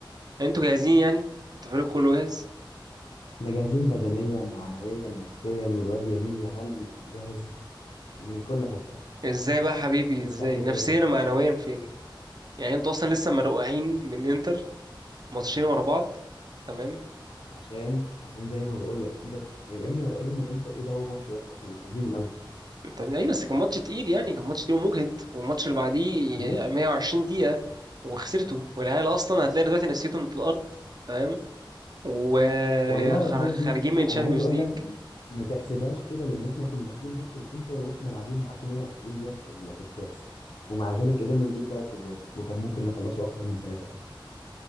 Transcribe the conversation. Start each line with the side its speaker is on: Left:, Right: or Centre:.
Right: انتوا جاهزين يعني انتوا الفريق كله جاهز
Left: احنا جاهزين بدنيا معنويا نفسيا والواد يمين يامال جاهز من كل حته
Right: ازاي بقى يا حبيبي
Left: مستحلف
Right: ازاي نفسيا
Left: لك بقى.
Right: ومعنويا فين يعني انتوا اصلا لسه مرقعين من انتر ماتشين ورا بعض تمام
Left: عشان عشان زي ما بقول لك سيبك يا ابني مرعوبين من الانتر ايه ده هو ماتش واحد احنا متعادلين الاول
Right: طيب ايه بس كان ماتش تقيل يعني كان ماتش تقيل ومجهد والماتش اللي بعديه
Left: ماشي
Right: آه، 120 دقيقة وخسرته والعيال اصلا هتلاقي دلوقتي نسيتهم في الارض تمام وخارجين
Left: والله يا حبي
Right: من تشامبيونز
Left: انا عايز اقول
Right: ليج
Left: لك ما تحسبهاش كده لان احنا كنا داخلين ماتش الانتر واحنا لاعبين معاكم 120 دقيقه في ال- في الكاس ومع ذلك قدرنا نجيب ثلاث اجوال وكان ممكن نخلصه اكتر من ثلاثه كمان